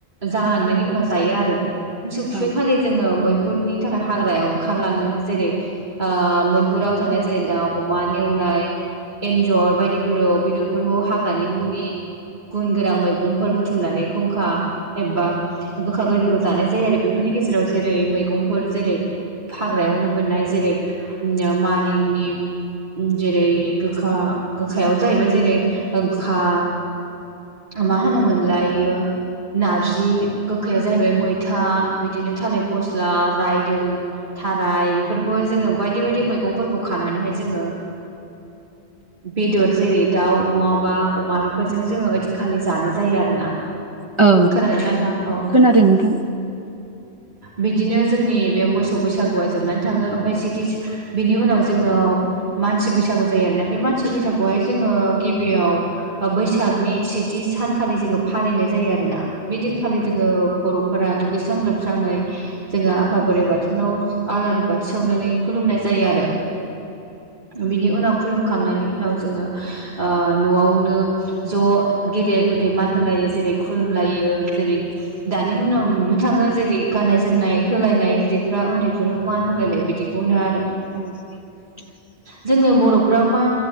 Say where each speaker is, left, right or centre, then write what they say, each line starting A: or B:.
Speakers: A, on the right; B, on the right.
A: जालांनायनि उनाव जायो आरो मोसौ थुखै
B: औ
A: खालि जोंङो मै मैहुरनि थाखाय हाग्रायाव ओंखारलांङो जेरै मैहुराव थांनाय जेरै दाउ अमा नेवला एन्जर बायदिफोराव बेदरफोरखौ हाग्रानि मुलि गुन गोनां मैगंफोर बुथुमनानै खुंखा एबा गोखा गोखैखौ जानाय जायो आरो बेफोरनि गेजेराव जेरै मैगंफोर जेरै हाग्रायावनो मोननाय जेरै मानिमुनि जेरै गोखा गोखायाव जाहैबाय जेरै गोखा माहोनो मोनलाय इयो नारजि गोखाया जाहैबाय मैथा बिदिनो थालिर फस्ला रायदों थाराय बे बेफोरखौहाय जोंङो बायदि बायदि मैगंफोरखौ खानानैहाय जोंङो बेदर जेरै दाउ नंङाबा अमा बेफोरजों जोङो ओदिखालि जानाय जायो आरोना
B: औ
A: खोनादोंना नोंथां औ
B: खोनादों नोंथां
A: बिदिनो जोंनि बे मोसौ बैसागुआ जोबनानै थांङो ओमफफ्राय सिटि बिनि उनाव जोंङो मानसि बैसागु जायो आरोना बे मानसि बै बैसागुआवहाय जोंङो गिबियाव बैसागनि सेथि सानखालि जोंङो फालिनाय जायो आरो बेदिनखालि जोंङो बर'फोरा दुगैस्रां लोबस्राङै जोंङो आफा बोराइ बाथौनाव आलारि बाथि सावनानै खुलुमनाय जायो आरो बिनि उनाव खुलुमखांनानै उनाव जोंङो न'आवनो ज' गेदेर उन्दै मान होलायो जेरै खुलुम जेरै दानि उनाव नुनो थाङो जेरै गाननाय - जोमनाय होलायनाय गिदिरफ्रा उन्दै बेफोर मान होलायलाय बिदिखौनो आरो
B: <inaudible>
A: जोंनो बर'फ्राव मा